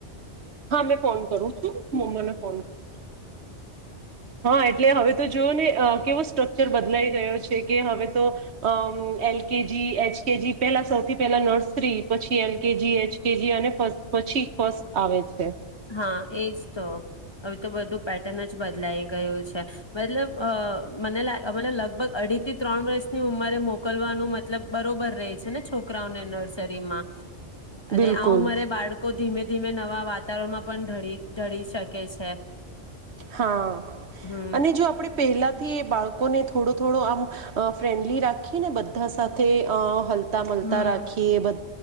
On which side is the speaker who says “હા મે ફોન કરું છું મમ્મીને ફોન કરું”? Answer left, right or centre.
Right